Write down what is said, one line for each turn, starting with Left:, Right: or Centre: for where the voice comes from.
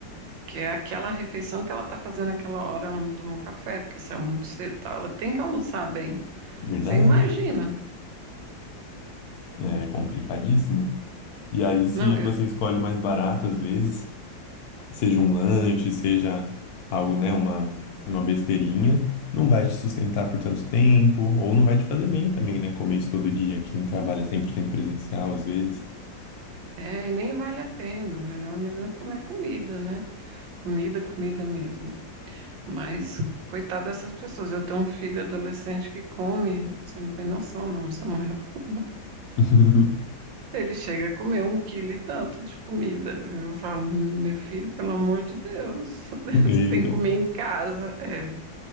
Right: que é aquela refeição que ela está fazendo aquela hora, ela não tomou café, porque saiu muito cedo e tal. Ela tem que almoçar bem.
Left: Verdade,
Right: Você imagina.
Left: é complicadíssimo. E aí, se
Right: Não, eu,
Left: você escolhe o mais barato, às vezes, seja um lanche, seja algo, né, uma, uma besteirinha, não vai te sustentar por tanto tempo, ou não vai te fazer bem também, né? Comer isso todo dia, quem trabalha cem por cento presencial, às vezes.
Right: é, e nem vale a pena. Melhor mesmo é comer comida, né? Comida, comida mesmo. Mas, coitada dessas pessoas. Eu tenho um filho adolescente que come, você não tem noção, não, Samuel. <laughs>
Left: <laughs>
Right: Ele chega a comer um quilo e tanto de comida. Eu falo, meu filho, pelo amor de Deus, <laughs> você
Left: Eita.
Right: tem que comer em casa. É,